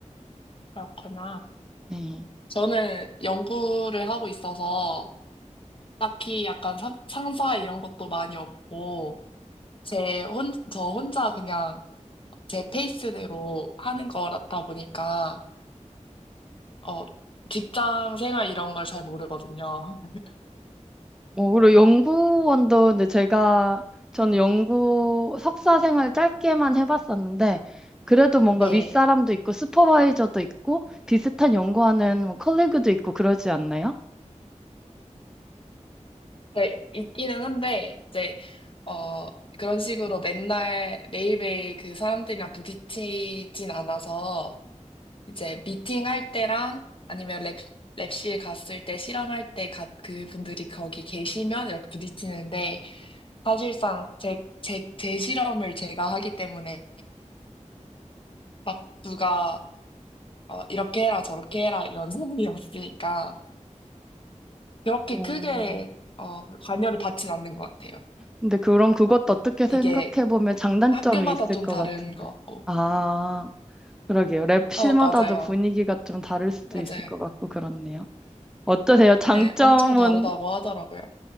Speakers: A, on the left (about 45°); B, in the centre.
A: 그렇구나.
B: 네.
A: 저는 연구를 하고 있어서 딱히 약간 상, 상사 이런 것도 많이 없고, 제 혼, 저 혼자 그냥 제 페이스대로 하는 거다 보니까, 어, 직장 생활 이런 걸 잘 모르거든요. <laughs>
B: 뭐, 그리고 연구원도 근데 제가, 저는 연구 석사 생활 짧게만 해봤었는데, 그래도 뭔가
A: 네.
B: 윗사람도 있고, 슈퍼바이저도 있고, 비슷한 연구하는 뭐 컬리그도 있고, 그러지 않나요?
A: 네, 있기는 한데, 이제, 어, 그런 식으로 맨날 매일매일 그 사람들이랑 부딪히진 않아서, 이제 미팅할 때랑 아니면 랩, 랩실 갔을 때 실험할 때 가, 그분들이 거기 계시면 이렇게 부딪히는데 사실상 제, 제, 제 실험을 제가 하기 때문에 막 누가 어, 이렇게 해라 저렇게 해라 이런 <laughs> 소문이 없으니까 그렇게
B: 음.
A: 크게 어, 관여를 받진 않는 것 같아요.
B: 근데 그럼 그것도 어떻게 생각해보면
A: 이게
B: 장단점이
A: 학교마다
B: 있을
A: 좀
B: 것
A: 다른
B: 같은데.
A: 것 같고.
B: 아. 그러게요. 랩실마다도
A: 어, 맞아요.
B: 분위기가 좀 다를 수도
A: 맞아요.
B: 있을 것 같고 그렇네요. 어떠세요? 장점은,
A: 네, 엄청 다르다고 하더라고요.